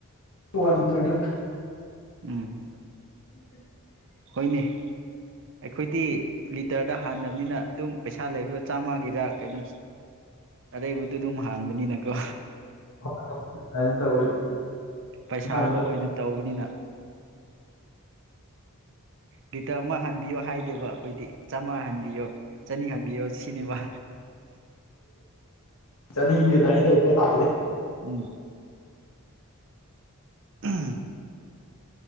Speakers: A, on the left; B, on the right.
A: ꯍꯂꯤ ꯇꯠ
B: ꯎꯝꯝ
A: ꯎ
B: ꯍꯣꯏꯅꯦ ꯑꯩꯈꯣꯏꯗꯤ ꯂꯤꯇꯔꯗ ꯍꯥꯟꯕꯅꯤꯅ ꯑꯗꯨꯝ ꯄꯩꯁꯥ ꯂꯩꯕꯗꯣ ꯆꯥꯝꯃꯒꯤꯔ ꯀꯩꯅꯣ ꯑꯔꯩꯕꯗ ꯑꯗꯨꯝ ꯍꯥꯟꯕꯅꯤꯅꯀꯣ
A: <inaudible>
B: ꯄꯩꯁꯥꯗ
A: ꯍꯥꯟꯅꯅ
B: ꯑꯣꯏꯅ ꯇꯧꯕꯅꯤꯅ ꯂꯤꯇꯔ ꯑꯃ ꯍꯟꯕꯤꯌꯣ ꯍꯥꯏꯗꯦꯕ ꯑꯩꯈꯣꯏꯗꯤ ꯆꯥꯝꯃꯉꯥ ꯍꯟꯕꯤꯌꯣ ꯆꯠꯅꯤꯡꯍꯟꯕꯤꯌꯣ ꯁꯤꯅꯦꯕ
A: ꯆꯅꯤ ꯀ ꯇꯥꯏ ꯍ
B: ꯎꯝ ꯎꯝ